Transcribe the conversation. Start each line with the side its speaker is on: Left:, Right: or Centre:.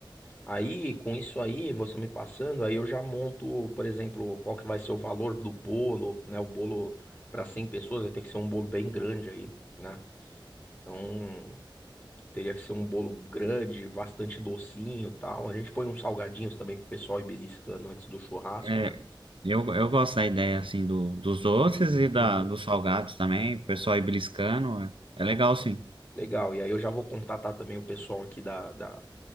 Left: Aí, com isso aí, você me passando, aí eu já monto, por exemplo, qual que vai ser o valor do bolo, né? O bolo para 100 pessoas vai ter que ser um bolo bem grande aí, né? Então, Teria que ser um bolo grande, bastante docinho e tal. A gente põe uns salgadinhos também pro pessoal ir beliscando antes do churrasco,
Right: É,
Left: né?
Right: eu, eu gosto da ideia, assim, do, dos doces e da,
Left: Uhum.
Right: dos salgados também. O pessoal ir beliscando. É, é legal, sim.
Left: Legal. E aí eu já vou contatar também o pessoal aqui da, da,